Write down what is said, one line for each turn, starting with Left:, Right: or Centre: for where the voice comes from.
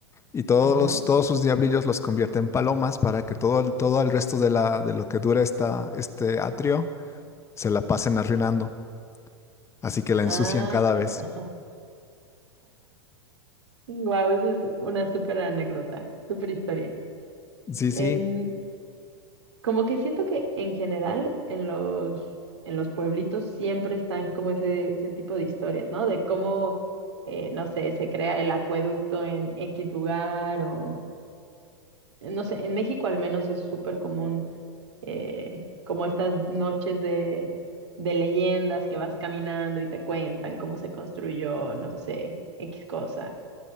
Left: y todos,
Right: Ajá.
Left: los, todos sus diablillos los convierte en palomas para que todo, el- todo el resto de, la, de lo que dura esta, este atrio se la pasen arruinando. Así que la ensucian
Right: Ah,
Left: cada vez.
Right: wow, esa es una súper anécdota, súper historia.
Left: Sí,
Right: En,
Left: sí,
Right: como que siento que en general en los, en los pueblitos siempre están como ese, ese tipo de historias, ¿no? De cómo, eh, no sé, se crea el acueducto en X lugar o, no sé, en México al menos es súper común eh, como estas noches de, de leyendas que vas caminando y te cuentan cómo se construyó, no sé, X cosa.